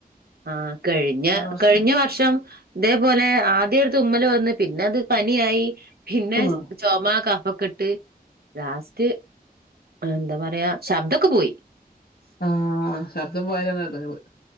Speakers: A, on the right (about 75°); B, on the left (about 75°).
A: ആഹ് കഴിഞ്ഞ
B: പ്രശ്നം.
A: കഴിഞ്ഞ വർഷം ഇതേപോലെ ആദ്യരു തുമ്മൽ വന്ന് പിന്നെ അത് പനിയായി പിന്നെ
B: ഉം.
A: ചൊമ കഫക്കെട്ട് ലാസ്റ്റ് എന്താ പറ പറയാ ശബ്ദൊക്കെ പോയി
B: ആ ശബ്ദം പോയലാണെഡെങ്ങേർ